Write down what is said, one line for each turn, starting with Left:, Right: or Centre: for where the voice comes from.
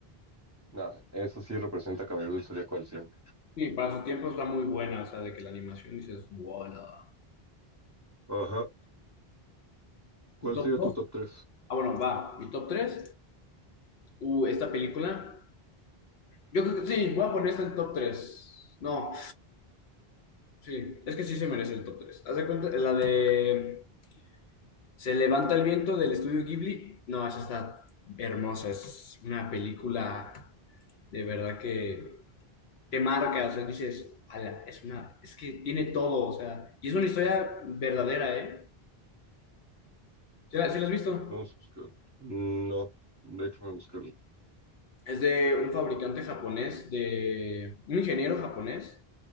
Right: Nada, eso sí representa Caballero del Zodíaco al cien
Left: Sí, para su tiempo está muy buena, o sea, de que la animación dices, ¡Wala!
Right: Ajá. ¿Cuál
Left: ¿Tu top
Right: sería
Left: dos
Right: tu top 3?
Left: Ah, bueno, va. ¿Mi top tres Uh, esta película. Yo creo que sí, voy a poner esta en top tres No, sí, es que sí se merece el top tres Haz de cuenta, la de Se levanta el viento del estudio Ghibli. No, esa está hermosa, es una película de verdad que te marca, o sea, dices, ala, es una, es que tiene todo, o sea, y es una historia verdadera, ¿eh? ¿Se la, se la has visto?
Right: Vamos a buscar. No, déjame buscarlo.
Left: Es de un fabricante japonés, de un ingeniero japonés,